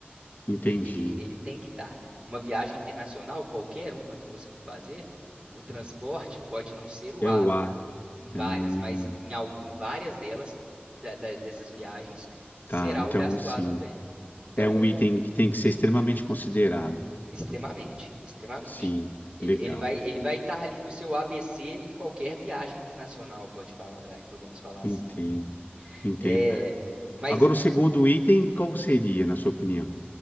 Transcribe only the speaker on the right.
ele, ele, ele tem que estar. Uma viagem internacional, qualquer uma que você for fazer, o transporte pode não ser o
A
em várias,
mas em, al- em várias delas, da- da- dessas viagens, será
o gasto
A também. Então,
extremamente, extremamente.
Ele,
ele vai, ele vai estar ali no seu ABC em qualquer viagem internacional, pode falar, aí podemos falar assim,
né?
É, mas